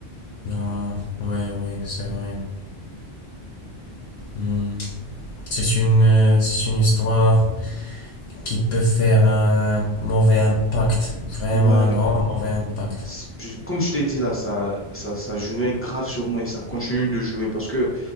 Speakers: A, on the left; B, on the left.
A: Ah, oui, oui, c'est vrai. Hmm. C'est une, euh, c'est une histoire qui peut faire un mauvais impact, vraiment
B: Ouais,
A: un grand mauvais impact.
B: C'est- je- comme je t'ai dit là, ça, ça, ça jouait grave sur moi et ça continue de jouer parce que